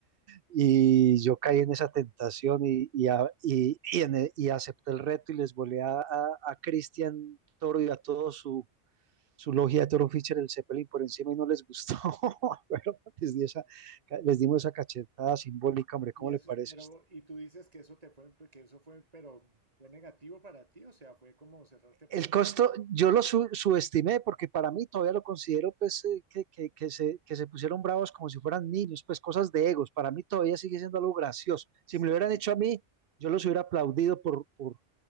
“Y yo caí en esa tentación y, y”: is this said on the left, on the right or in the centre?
Right